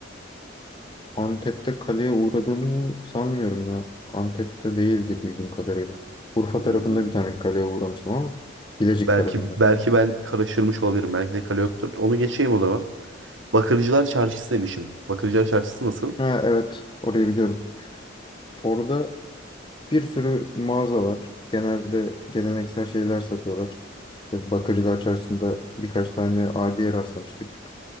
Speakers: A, on the left (about 25°); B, on the right (about 80°).
A: Antep'te kaleye uğradığımı sanmıyorum ya. Antep'te değildi bildiğim kadarıyla. Urfa tarafında
B: Hmm,
A: bir tane kaleye uğramıştım ama Bilecik
B: Belki
A: tarafında.
B: belki ben karıştırmış olabilirim. Belki de kale yoktur. Onu geçeyim o zaman. Bakırcılar Çarşısı demişim. Bakırcılar Çarşısı nasıl?
A: Ha, evet, orayı biliyorum. Orada bir sürü mağaza var. Genelde geleneksel şeyler satıyorlar. Bakırcılar Çarşısı'nda birkaç tane abiye rastlamıştık.